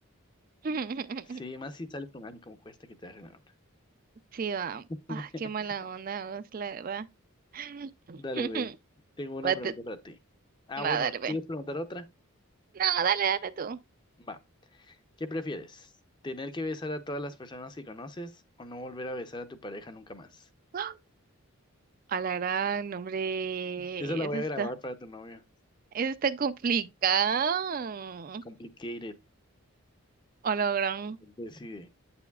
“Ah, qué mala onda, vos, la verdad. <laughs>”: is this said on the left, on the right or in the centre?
Right